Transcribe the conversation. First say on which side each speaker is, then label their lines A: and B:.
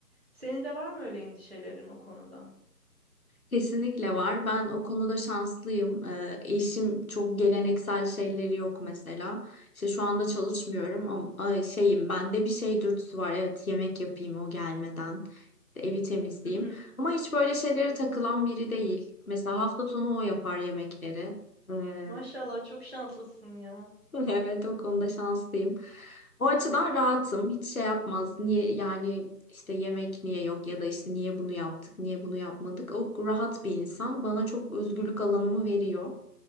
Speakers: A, on the right; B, on the left.
A: Senin de var mı öyle endişelerin o konuda?
B: Kesinlikle var. Ben o konuda şanslıyım. Ee, eşim çok geleneksel şeyleri yok mesela. İşte şu anda çalışmıyorum ama ay, şeyim bende bir şey dürtüsü var. Evet yemek yapayım o gelmeden. Evi temizleyeyim.
A: Hı hı.
B: Ama hiç böyle şeylere takılan biri değil. Mesela hafta sonu o yapar yemekleri. Ee,
A: Maşallah çok şanslısın ya.
B: <laughs> Evet o konuda şanslıyım. O açıdan rahatım. Hiç şey yapmaz. Niye yani işte yemek niye yok ya da işte niye bunu yaptık, niye bunu yapmadık. O rahat bir insan. Bana çok özgürlük alanımı veriyor.